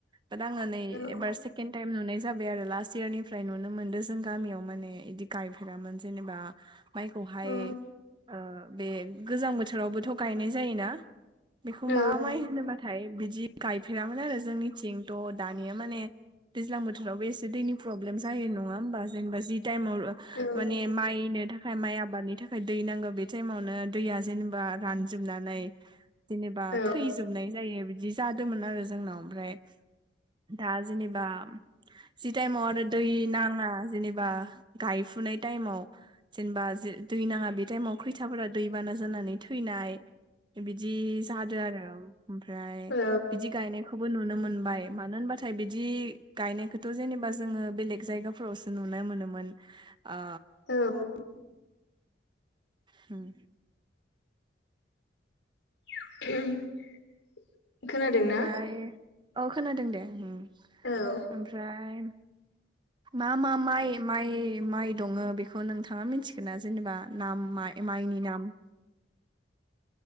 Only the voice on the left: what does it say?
औ
औ
औ
औ
औ
औ
औ
<inaudible> खोनादोंना
औ।